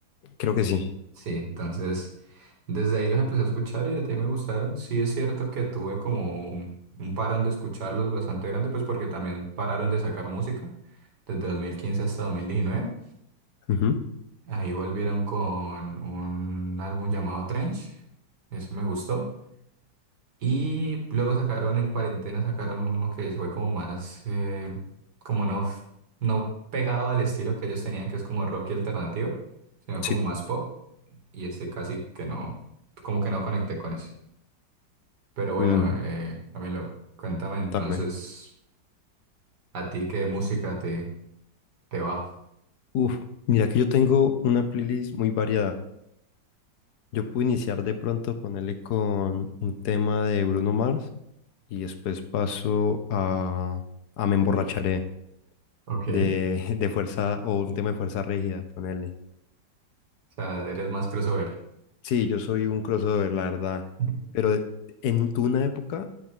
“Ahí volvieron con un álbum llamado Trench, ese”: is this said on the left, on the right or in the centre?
Right